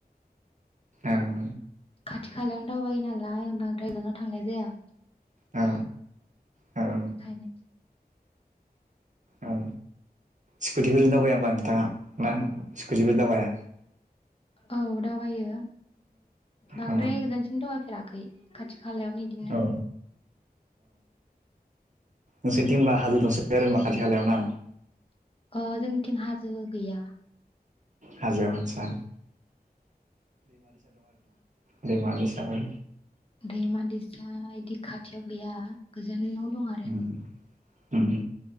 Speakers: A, on the right; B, on the left.
A: ओं।
B: खाथि खालायाव। दावबायो नालाय बांद्राय गोजानाव थांनाय। जिया।
A: ओ। ओ।
B: बेखायनो।
A: औ स्कुटिफोर दावबायाबा नोंथाङा ना स्कुटिफोर दावबाया।
B: औ दावबायो। बांद्राय
A: औ
B: गोजानसिम दावबायफेराखै। खाथि। खालायाव बिदिनो।
A: औ नोंसिथिंबा हाजो दंसो डारो होनबा खााथि खालायाव ना।
B: अ जोंनिथिं हाजो गैया।
A: हाजोआव आदसा दैमा दैसा बो।
B: दैमा दैसा बिदि खाथियाव गैया गोजानाव। दं आरो।
A: उम उम